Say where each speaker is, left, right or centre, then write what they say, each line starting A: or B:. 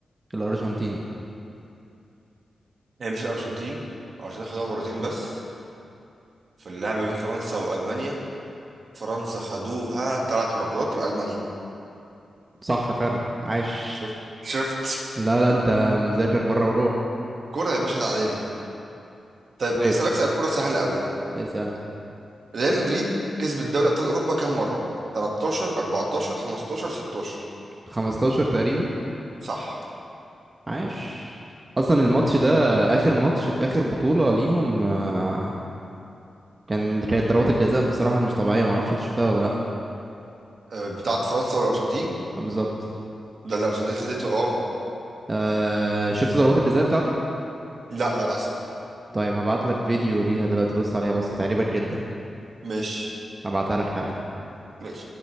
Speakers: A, on the right; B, on the right.
A: الأرجنتين
B: هي مش الارجنتين الارجنتين خدوها مرتين بس في اللعب بين فرنسا والمانيا فرنسا خدوها ثلاث مرات يبقى المانيا
A: صح فعلا عاش
B: شفت شفت
A: لا لا انت مذاكر بره وروح
B: كرة يا باشا تعالي طيب
A: طيب
B: هسألك سؤال كرة سهل قوي
A: اسأل
B: ريال مدريد كسبت دوري ابطال اوروبا كام مرة 13 14 15 16
A: 15 تقريبا
B: صح
A: عاش اصلا الماتش ده اخر ماتش في اخر بطولة ليهم آه، كان كانت ضربات الجزاء بصراحة مش طبيعية معرفش انت شفتها ولا لا
B: أه، بتاعت فرنسا والارجنتين
A: آه، بالظبط
B: ده اللي الارجنتين خدته اه
A: آه، شفت ضربات الجزاء بتاعته
B: لا للاسف
A: طيب هبعت لك فيديو ليها دلوقتي بص عليها بص هتعجبك جدا
B: مش
A: هبعتها لك حالا
B: مش